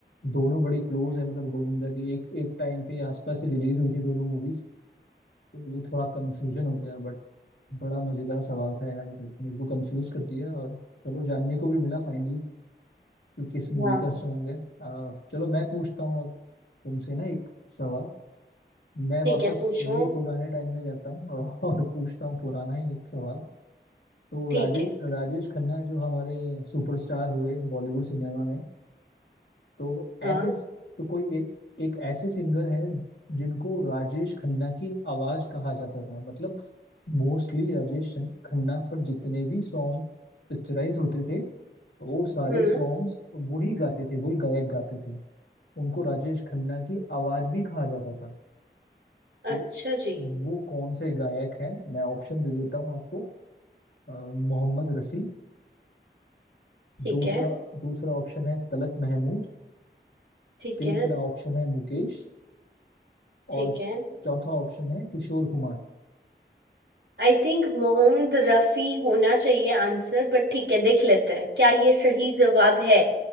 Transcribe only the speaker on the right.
हाँ
ठीक
है पूछो
ठीक
है
हाँ
हम्म
अच्छा जी
ठीक
है
ठीक
है
ठीक
है
आई थिंक मोहम्मद रफी होना चाहिए आंसर बट ठीक है देख लेते हैं क्या ये सही जवाब है